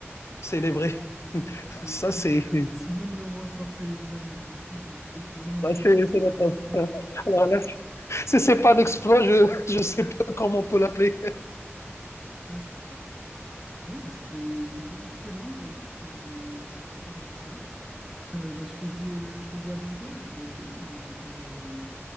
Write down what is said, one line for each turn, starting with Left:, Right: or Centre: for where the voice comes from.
Left: célébré. <laughs>
Centre: Ça, C'est
Left: Ça,
Centre: c'est
Left: c'est
Centre: quelque chose. Si même le roi sort célébrer un match de foot, c'est que le match
Left: ça,
Centre: de
Left: c'est
Centre: foot
Left: c'est la
Centre: est important.
Left: classe. Alors là, c'est- c'est pas un exploit, je je sais pas comment on peut l'appeler.
Centre: Ah, c'est vrai. Bon, bah, c'était, c'était excellent, euh, écoute, de, de pouvoir parler de ça. Euh, bah, je te dis, euh, je te dis à bientôt là, je dois y aller, mais on va pouvoir, euh,